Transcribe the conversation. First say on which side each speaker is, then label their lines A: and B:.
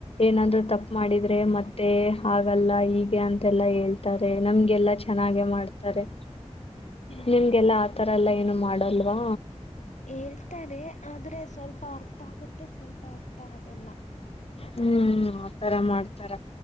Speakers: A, on the left; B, on the left.
A: ಏನಾದ್ರು ತಪ್ಪು ಮಾಡಿದ್ರೆ ಮತ್ತೆ ಹಾಗಲ್ಲ ಹೀಗೆ ಅಂತೆಲ್ಲಾ ಹೇಳ್ತಾರೆ. ನಮ್ಗೆಲ್ಲಾ ಚೆನ್ನಾಗೆ ಮಾಡ್ತಾರೆ
B: ಹ್ಮ್
A: ನಿಮ್ಗೆಲ್ಲಾ ಆತರ ಎಲ್ಲಾ ಏನು ಮಾಡ್ ಅಲ್ವಾ
B: ಹೇಳ್ತಾರೆ ಆದ್ರೆ ಸ್ವಲ್ಪ ಅರ್ಥ ಆಗುತ್ತೆ ಸ್ವಲ್ಪ ಅರ್ಥ ಆಗಲ್ಲ.
A: ಹ್ಮ್ ಆತರ ಮಾಡ್ತಾರ.